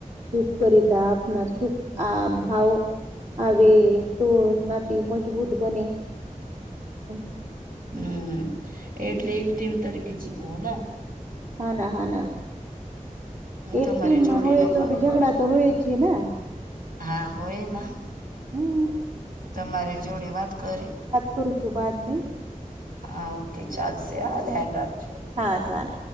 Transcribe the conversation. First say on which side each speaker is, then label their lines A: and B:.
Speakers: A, on the right (about 60°); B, on the right (about 90°).
A: સુખ કરતા આપના સુખ આ ભાવ આવે તો નાથી મજબૂત બને હમ.
B: હમ એટલે એક ટીમ તરીકે જીવવું ને
A: હા ના હા ના. એક
B: તમારી
A: ટી
B: જોડે
A: હોય
B: ને
A: તો
B: વા-
A: ઝઘડા તો હોય છે ને
B: હા હોય ના
A: હમ
B: તમારે જોડે વાત કરી
A: તોુચુ બાદ મે
B: હા ઓકે ચાલશે હા ધ્યાન રાખજો
A: હા ધ્યાન